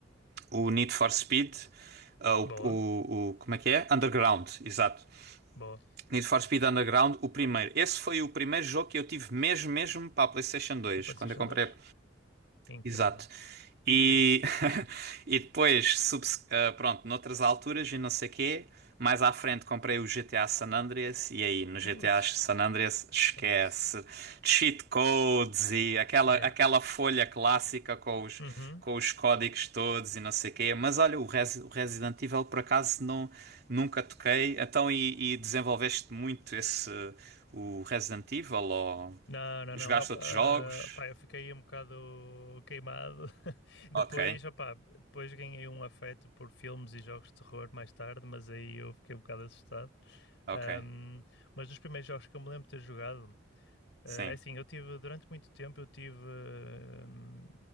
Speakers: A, on the right; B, on the left.
A: o Need for Speed. Uh, o,
B: Boa,
A: o, o- como é que é? Underground, exato.
B: boa.
A: Need for Speed Underground, o primeiro. Esse foi o primeiro jogo que eu tive mesmo, mesmo para a PlayStation 2.
B: Na PlayStation
A: Quando eu comprei
B: dois Incrível,
A: Exato. E,
B: incrível.
A: <laughs> e depois, subse- ah, pronto, noutras alturas e não sei quê, mais à frente comprei o GTA San Andreas e aí no GTA
B: Ui,
A: San Andreas esquece
B: acabou-se.
A: cheat codes e aquela,
B: Yeah.
A: aquela folha clássica com os,
B: Uhum.
A: com os códigos todos e não sei quê. Mas olha, o, Resi- o Resident Evil por acaso não, nunca toquei. Então, e, e desenvolveste muito esse, o Resident Evil ou
B: Não, não,
A: jogaste
B: não. Eu,
A: outros
B: ah,
A: jogos?
B: pá, eu fiquei um bocado queimado. <laughs>
A: Ok,
B: Depois, opá, depois ganhei um afeto por filmes e jogos de terror mais tarde, mas aí eu fiquei um bocado assustado.
A: ok.
B: Ahm, mas dos primeiros jogos que eu me lembro de ter jogado, ah,
A: Sim.
B: é assim, eu tive, durante muito tempo, eu tive. ahm,